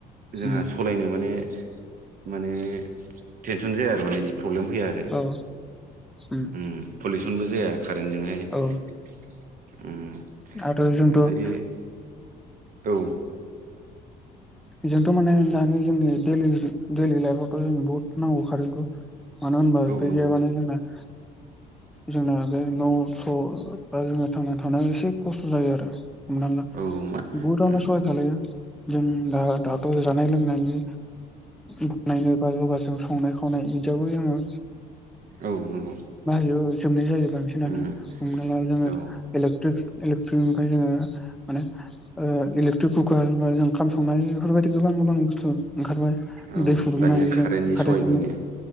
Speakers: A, on the right; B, in the centre.
A: जोंहा
B: उम
A: सलायनो माने माने टेनसन जाया आरो माने जि प्रब्लेम फैया आरो।
B: औ उम
A: ओम पलिउसनबो जाया। कारेन्टजोंहाय उम
B: औ आरो जोंथ'
A: ओमफ्रायो औ।
B: जोंथ' माने दानि जोंनि दैलि दैलि लाइफआवथ' जों बहुत नांगौ खारेन्टखौ। मानो होनबा
A: औ
B: बे
A: नंगौ
B: मानाय जोंना जोंना बे न' स' बा जोङो थांनानै थानायाव एसे खस्थ' जायो आरो। हमना ला
A: औ मा
B: बहुथावनो
A: उम
B: सहाय खालामो। जोंहा दाथ' जानाय लोंनायनि बानायनो बा जगाजों संनाय खावनाय बिदियावबो जोङो
A: औ नंगौ।
B: बिदिआव जोबनाय जायो बांसिनानो
A: उम
B: हमना ला जोङो
A: औ
B: एल्केट्रिक ट्रिनिफ्राय जोङो माने ओ इलेकट्रिक कुकार बा ओंखाम संनाय बेफोरबायदि गोबां गोबां बुस्थु ओंखारबाय
A: औ
B: दै फुदुंनो
A: दानिया
B: हायो
A: कारेन्टनि
B: जों कारेन्ट
A: सहायनिनो
B: जोंनो